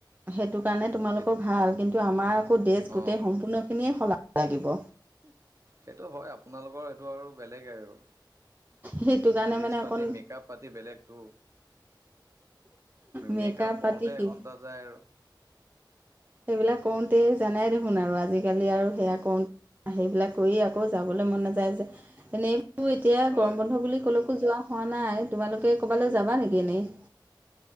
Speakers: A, on the right; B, on the right.
A: সেইটো কাৰণে তোমালোকৰ
B: এই
A: ভাল কিন্তু আমাৰ আকৌ ড্ৰেছ
B: অঁ
A: গোটেই সম্পূৰ্ণখিনিয়ে সলাব লাগিব।
B: সেইটো হয় আপোনালোকৰ সেইটো আৰু বেলেগেই আৰু
A: সেইটো কাৰণে
B: ড্ৰেছ
A: মানে
B: পাতি
A: অকণ
B: মেকাপ পাতি বেলেগতটো,
A: মেকআপ
B: মেকাআপ কৰোতে
A: পাতি কিবা
B: এঘন্টা যায় আৰু
A: সেইবিলাক কৰোঁতেই জানাই দেখোন আৰু আজিকালি আৰু সেয়া কৰোঁতে, সেইবিলাক কৰি আকৌ যাবলৈ মন নাযায় যে এনেই, এতিয়া
B: হয়।
A: গৰম বন্ধ বুলি কলৈকো যোৱা হোৱা নাই তোমালোকে ক'বালৈ যাবা নেকি এনেই,